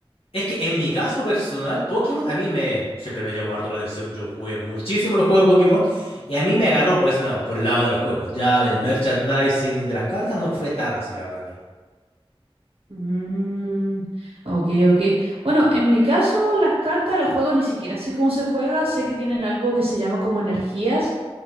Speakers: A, on the left (about 70°); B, on the right (about 70°).
A: Es que en mi caso personal, Pokémon a mí me siempre me llamó harto la atención. Yo jugué muchísimo los juegos de Pokémon y a mí me agarró por ese lado, por el lado de los juegos. Ya del merchandising de las cartas no fue tan así, la verdad a mí.
B: Mm, ok, ok. Bueno, en mi caso, las cartas, los juegos ni siquiera sé cómo se juega. Sé que tienen algo que se llama como energías,